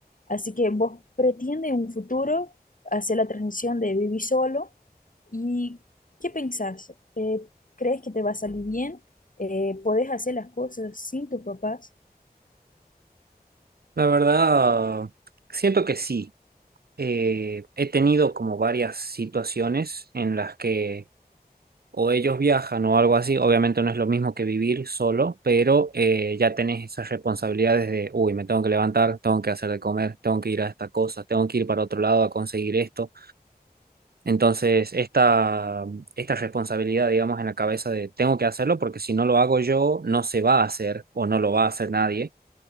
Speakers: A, on the left; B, on the right.
A: Así que vos pretende en un futuro hacer la transición de vivir solo y ¿qué pensás? Eh, ¿crees que te va a salir bien? Eh, ¿podés hacer las cosas sin tus papás?
B: La verdad, siento que sí. Eh, he tenido como varias situaciones en las que o ellos viajan o algo así, obviamente no es lo mismo que vivir solo, pero eh, ya tenés esas responsabilidades de, uy, me tengo que levantar, tengo que hacer de comer, tengo que ir a esta cosa, tengo que ir para otro lado a conseguir esto. Entonces, esta, esta responsabilidad, digamos, en la cabeza de, tengo que hacerlo porque si no lo hago yo, no se va a hacer o no lo va a hacer nadie